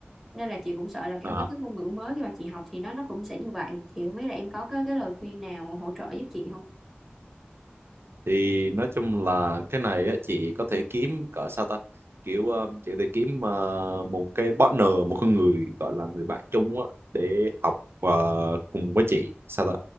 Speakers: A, in the centre; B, on the right.
A: nên là chị cũng sợ là kiểu
B: À,
A: với cái ngôn ngữ mới khi mà chị học thì nó nó cũng sẽ như vậy thì không biết là em có cái cái lời khuyên nào hỗ trợ giúp chị không
B: thì nói chung là cái này á, chị có thể kiếm cỡ sao ta kiểu ờ, chị có thể kiếm ờ, một cái partner một con người gọi là người bạn chung á, để học ờ, cùng với chị sao ta